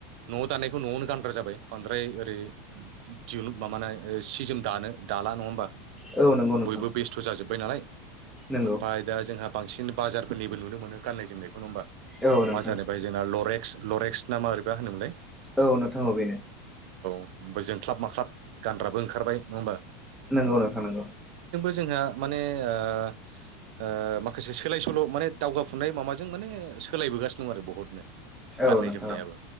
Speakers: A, on the right; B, in the centre.
A: न'वाव दानायखौ न'वावनो गानग्रा जाबाय बांद्राय ओ ओ <unintelligible> माबानाय सि जोम दानो दाला नङामबा
B: औ नंगौ नोंथां
A: बयबो बेस्थ' जाजोब्बाय नालाय
B: नंगौ
A: ओमफ्राय दा जोंहा बांसिन बाजारफोरनिबो नुनो मोनो गानाय जोमनायखौ नङ ओमबा
B: औ नोंथां
A: बाजारनिफ्राय जोंना लरेक्स लरेक्स नामा ओरैबा होनोमोनलाय
B: औ नोंथां अ बेनो
A: बोजों ख्लाब माख्लाब गानग्राबो ओंखारबाय नङा ओमबा
B: नंगौ नोंथां नंगौ।
A: जोंहा माने ओ माखासे सोलाय सोल' माने दावगाफुनाय माबाजों माने सोलायबोगासिनो दं आरो बहुतनो गाननाय
B: औ नोंथां
A: जोमनायाबो